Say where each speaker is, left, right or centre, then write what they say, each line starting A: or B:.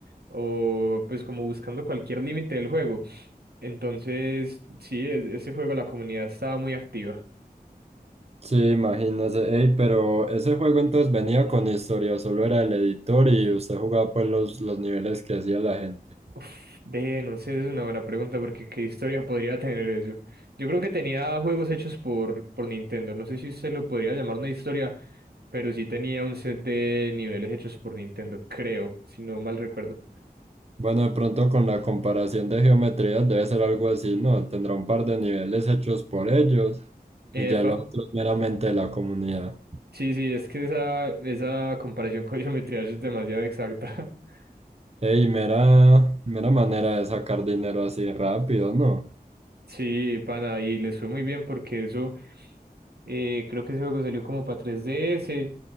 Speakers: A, on the right; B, on the right.
A: o pues como buscando cualquier límite del juego. Entonces, sí, e- ese juego la comunidad estaba muy activa.
B: Sí, imagínese, ey, pero ese juego entonces venía con historia, solo era el editor y usted jugaba pues los, los niveles que hacía la gente.
A: Uf, Ve, no sé, es una buena pregunta porque qué historia podría tener eso. Yo creo que tenía juegos hechos por, por Nintendo. No sé si se lo podría llamar una historia, pero sí tenía un set de niveles hechos por Nintendo, creo, si no mal recuerdo.
B: Bueno, de pronto con la comparación de geometrías debe ser algo así, ¿no? Tendrá un par de niveles hechos por ellos y
A: Epa,
B: ya lo otro es meramente de la comunidad.
A: sí, sí, es que esa, esa comparación <laughs> con Geometry Dash es demasiado exacta. <laughs>
B: Ey, mera, mera manera de sacar dinero así rápido, ¿no?
A: Sí, pana, y les fue muy bien porque eso, eh, creo que ese juego salió como para 3DS,